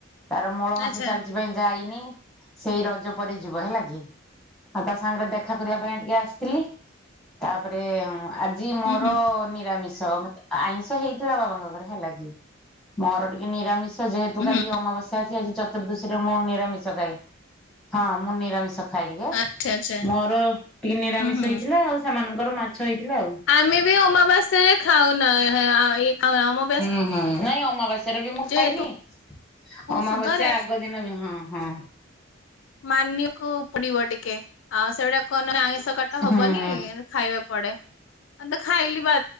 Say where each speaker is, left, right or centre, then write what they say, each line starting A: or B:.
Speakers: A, in the centre; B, on the left.
A: ତାର ମଳ ମାସ
B: ଆଚ୍ଛା
A: ଚାଲିଛି ପାଇଁ ଯାଇନି ସେଇ ରଜ ପରେ ଯିବ ହେଲା କି ଆଉ ତା ସାଙ୍ଗରେ ଦେଖା କରିବା ପାଇଁ ଟିକେ ଆସିଥିଲି ତାପରେ ଆର ଆଜି ମୋର
B: ହୁଁ ହୁଁ
A: ନିରାମିଷ ମାନେ ଆଇଁଷ ହେଇଥିଲା ବାବାଙ୍କ ଘରେ ହେଲା କି ମୋର ଟିକେ ନିରାମିଷ। ଯେହେତୁ କାଲି
B: ହୁଁ
A: ଅମାବାସ୍ୟା ଅଛି ଆଜି ଚତୁର୍ଦ୍ଦଶୀ ରେ ମୁଁ ନିରାମିଷ ଖାଏ ହଁ ମୁଁ ନିରାମିଷ। ଖାଇଦେଲୁ
B: ଆଚ୍ଛା ଆଚ୍ଛା
A: ମୋର ଟିକେ ନିରାମିଷ
B: ହୁଁ ହୁଁ
A: ହେଇଥିଲା ଆଉ ସେମାନଙ୍କର ମାଛ ହେଇଥିଲା ଆଉ
B: ଆମେ ବି ଅମାବାସ୍ୟାରେ ଖାଉଁନା ଏଁ କାଁ ମଁ
A: ହୁଁ ହୁଁ ନାଇଁ ଅମାବାସ୍ୟାରେ ବି ମୁଁ
B: ଯେହେତୁ
A: ଖାଏନି ଅମାବାସ୍ୟା
B: ସୁଧରେ
A: ଆଗ ଦିନ ବି ହୁଁ ହୁଁ।
B: ମାନିଆକୁ ପୁଡିବ ଟିକେ ହଁ ସେଗୁଡା କଣ ନାଁ ଆଇଁସ। କଟ ହବନି
A: ହୁଁ ହୁଁ
B: ଖାଇବାକୁ କୁଆଡେ ଅନ୍ତ ଖାଇଲି ବା